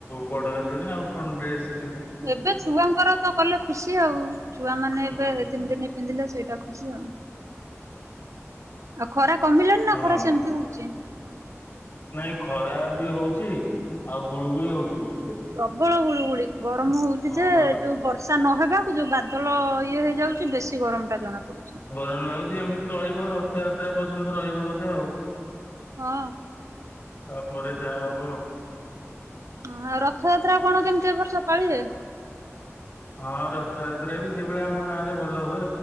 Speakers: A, on the left; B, on the right.
A: ବଡ ହେଲୁଣି ଆଉ କଣ ଡ୍ରେସ୍
B: ଏବେ ଛୁଆଙ୍କର ତ କଲେ ଖୁସି ଆଉ ଛୁଆମାନେ
A: ହୁଁ
B: ଏବେ ତିନି ଦିନି ପିନ୍ଧିଲେ ସେଇଟା ଖୁସି ଆଉ। ଆଉ ଖରା କମିଲାଣି ନା
A: ହଁ
B: ଖରା ସେମିତି ହଉଚି?
A: ନାଇଁ ଖରା ବି ହଉଚି ଆଉ ଗୁଳୁଗୁଳି ହଉଚି ବି ଟିକେ
B: ପ୍ରବଳ ଗୁଳୁଗୁଳି ଗରମ୍ ହଉଚି
A: ହଁ
B: ଯେ
A: ବା
B: ଏ ବର୍ଷା ନହେବାକୁ ଯୋଉ ବାଦଲ ଇଏ ହେଇଯାଉଚି ବେଶୀ ଗରମ୍ ଟା ଜଣା ପଡୁଚି।
A: ଗରମ୍ ଲାଗୁଚି ଏମିତି ରହିବ ରଥଯାତ୍ରା ପର୍ଯ୍ୟନ୍ତ ରହିବ ବୋଧେ ଆଉ।
B: ହଁ।
A: ତାପରେ ଯାହା ହବ ଆଉ।
B: ହଁ ଆଉ ରଥଯାତ୍ରା କଣ କେମିତି ଏବର୍ଷ ପାଳିବେ?
A: ହଁ ରଥଯାତ୍ରା ବି ସେଇଭଳିଆ ଆମ ଗାଁ ରେ ଭଲ ହୁଏ।